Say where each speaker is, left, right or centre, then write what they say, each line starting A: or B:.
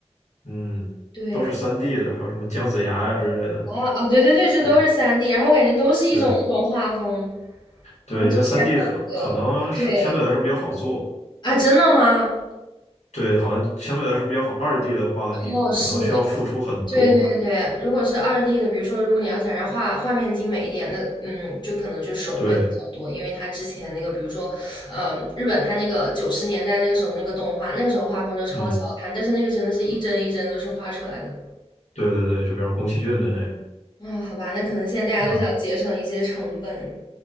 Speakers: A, on the left; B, on the left.
A: 嗯，
B: 对，
A: 都是三 d 的，还有什么姜子牙呀之类的，
B: 啊哦，对对对，这都是三
A: 这
B: d 然后我感觉都是一种那种画风。
A: 对对，
B: 好像之前还有一个，
A: 因为三 d 可可能是相对来说比较好做。
B: 对啊，真的吗？
A: 对，好像相对来说比较好。二 D 的话，你可能需要付出很多，
B: 哦，是的，对对对。如果是二 d 的，比如说如果你要想让画画面精美一点，那嗯，就可能就手绘的比较多，
A: 对，
B: 因为它之前那个，比如说，呃，日本它那个九十年代那个时候那个动画，那个时候画风就超级好看，
A: 嗯，
B: 但是那个真的是一帧一帧都是画出来的。
A: 对对对，就比如宫崎骏的那种，
B: 啊，好吧，那可能现在大家都想节省一些成本。
A: 嗯，